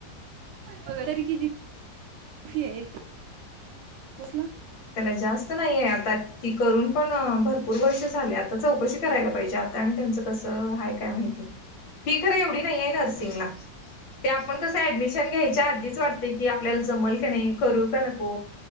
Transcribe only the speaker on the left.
त्याना जास्त नाहीय आता ती करून पण भरपूर वर्ष झाले आता चौकशी करायला पाहिजे आता. आणि त्यांचं कसं हाय काय माहिती. फी खरं एवढी नाही आहे नर्सिंगला ते आपण कसं ऍडमिशन घ्यायच्या आधीच वाटतंय की आपल्याला जमल काय नाही, करू का नको